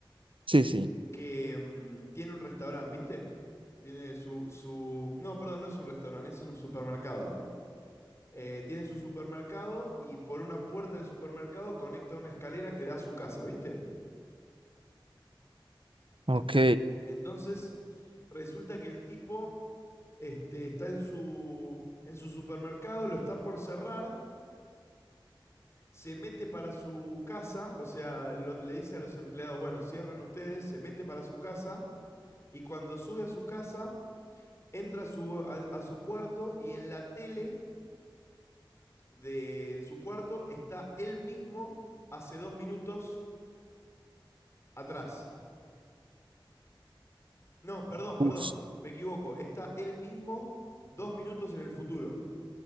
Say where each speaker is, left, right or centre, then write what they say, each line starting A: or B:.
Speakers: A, on the right; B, on the left.
A: sí, sí,
B: que mm, tiene un restaurante, ¿viste? Tiene su, su... No, perdón, no es un restaurante, es un supermercado. Eh, tiene su supermercado y por una puerta del supermercado conecta una escalera que da a su casa, ¿viste?
A: ok.
B: En- Entonces, resulta que el tipo este, está en su, en su supermercado, lo está por cerrar se mete para su casa, o sea, lo- le dice a los empleados, bueno, cierren ustedes, se mete para su casa y cuando sube a su casa, entra a su, a- a su cuarto y en la tele de su cuarto está él mismo hace dos minutos atrás. No, perdón, perdón,
A: Uf,
B: me equivoco, está él mismo dos minutos en el futuro,